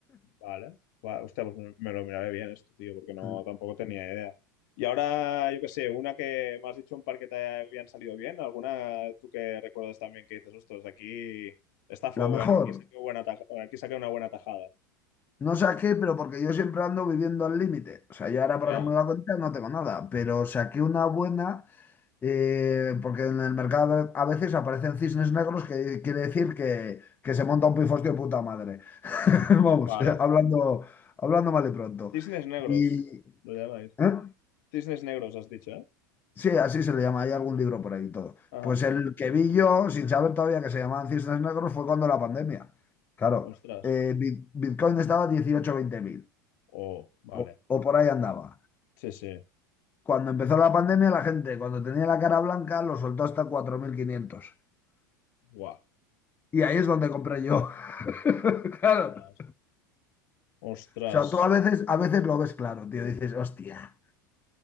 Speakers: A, on the left; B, on the left.
A: Vale. Va, hostia, pues me, me lo miraré bien esto, tío, porque no
B: <laughs>
A: tampoco tenía idea. Y ahora, yo qué sé, una que me has dicho un par que te habían salido bien, alguna tú que recuerdas también que dices, ostras, aquí esta fue
B: La mejor.
A: buena, aquí saqué, buena taj- aquí saqué una buena tajada.
B: No saqué, pero porque yo siempre ando viviendo al límite. O sea, yo ahora, por
A: Ya,
B: ejemplo, en la cuenta no tengo nada, pero saqué una buena, eh, porque en el mercado a veces aparecen cisnes negros, que quiere decir que, que se monta un pifostio de puta madre. <laughs> Vamos,
A: vale.
B: eh, hablando, hablando mal y pronto.
A: Cisnes negros,
B: Y,
A: lo llamáis.
B: ¿eh?
A: Cisnes negros, has dicho, ¿eh?
B: Sí, así se le llama. Hay algún libro por ahí y todo.
A: Ajá.
B: Pues el que vi yo, sin saber todavía que se llamaban cisnes negros, fue cuando la pandemia. Claro,
A: Ostras.
B: eh, Bit- Bitcoin estaba a 18 20 mil
A: Oh, vale.
B: o, o por ahí andaba.
A: Sí, sí.
B: Cuando empezó la pandemia, la gente, cuando tenía la cara blanca, lo soltó hasta cuatro mil quinientos
A: Guau.
B: Y ahí es donde compré yo. <laughs> Claro.
A: Ostras. Ostras.
B: O sea, tú a veces, a veces lo ves claro, tío. Dices, hostia.